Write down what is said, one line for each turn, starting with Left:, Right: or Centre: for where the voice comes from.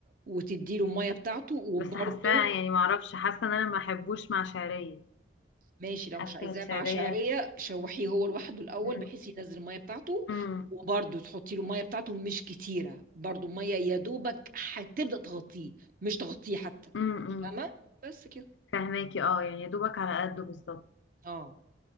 Right: وتدي له الميه بتاعته وبرده
Left: بس حاساها يعني معرفش حاسة ان انا ما احبوش مع شعرية
Right: ماشي لو
Left: حاسة
Right: مش عايزاه
Left: شعرية
Right: مع شعريه شوحيه هو لوحده الاول
Left: امم
Right: بحيث ينزل الميه بتاعته
Left: امم
Right: وبرده تحطي له الميه بتاعته مش كتيره برده الميه يا دوبك هتبدا تغطيه مش تغطيه حتى
Left: امم
Right: فاهمه بس كده
Left: فهماكي اه يعني يا دوبك على قده بالظبط
Right: اه